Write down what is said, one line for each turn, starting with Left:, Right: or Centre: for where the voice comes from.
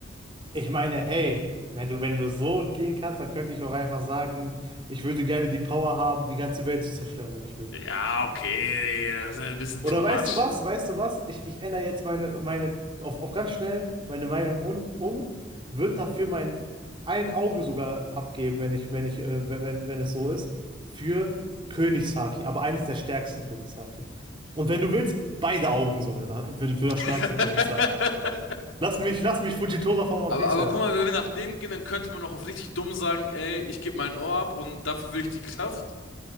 Right: ich meine, hey, wenn du, wenn du so gehen kannst, dann könnte ich auch einfach sagen, ich würde gerne die Power haben, die ganze Welt zu zerstören, wenn ich will.
Left: Ja, okay, nee, das ist ein bisschen
Right: Oder
Left: too much.
Right: weißt du was? Weißt du was? Ich, ich ändere jetzt meine, meine auf, auf ganz schnell meine Meinung un, um, wird dafür mein ein Auge sogar abgeben, wenn ich, wenn ich, äh, wenn, wenn, wenn es so ist, für Königshaki, aber eines der stärksten Königshaki. Und wenn du willst, beide Augen sogar da- für, für das stärkste
Left: <laughs>
Right: Königshaki. Lass mich, lass mich Fujitora von One
Left: Aber,
Right: Piece
Left: aber
Right: werden.
Left: guck mal, wenn wir nach dem gehen, dann könnte man auch auf richtig dumm sagen, ey, ich gebe mein Ohr ab und dafür will ich die Kraft,